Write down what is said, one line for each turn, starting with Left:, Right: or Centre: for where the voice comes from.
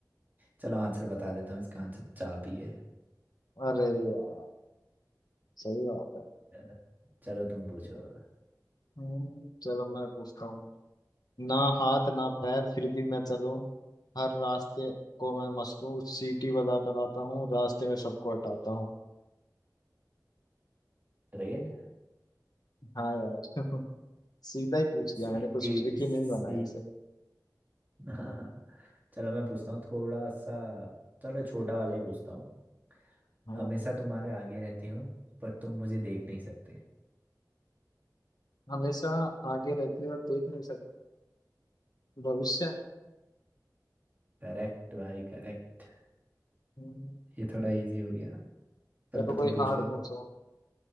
Right: चलो आंसर बता देता हूँ इसका आंसर चाबी है
Left: अरे यार सही बात है
Right: चलो चलो तुम पूछो अब।
Left: हम्म, चलो मैं पूछता हूँ ना हाथ ना पैर फिर भी मैं चलूं हर रास्ते को मैं मसलूं सीटी बजाकर आता हूँ रास्ते में सबको हटाता हूँ
Right: ट्रेन
Left: हाँ यार <laughs> सीधा ही पूछ लिया
Right: सीटी
Left: मैंने कुछ ट्रिक ही
Right: सी
Left: नहीं बनाया इसे
Right: <laughs> चलो मैं पूछता हूँ थोड़ा सा चलो छोटा वाला ही पूछता हूँ
Left: हाँ
Right: हमेशा तुम्हारे आगे रहती हूँ पर तुम मुझे देख नहीं सकते
Left: हमेशा आगे रहती है और देख नहीं सकते भविष्य
Right: करेक्ट भाई करेक्ट
Left: हम्म,
Right: ये थोड़ा इजी हो गया चलो
Left: चलो कोई
Right: तुम पूछो
Left: हार्ड
Right: अब
Left: पूछो